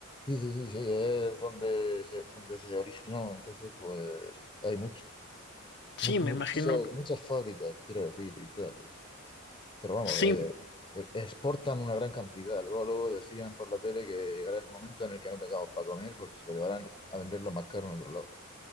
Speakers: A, on the left; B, on the left.
A: Sí, sí, sí, sí, es donde se, donde se originó. Entonces, pues hay mucho,
B: Sí,
A: mu-
B: me
A: mucho-
B: imagino.
A: muchas fábricas, quiero decir, y tal. Pero vamos,
B: Sí,
A: eh, eh, exportan una gran cantidad. Luego, luego decían por la tele que llegará el momento en el que no tengamos para comer porque se lo llevarán a venderlo más caro en otro lado.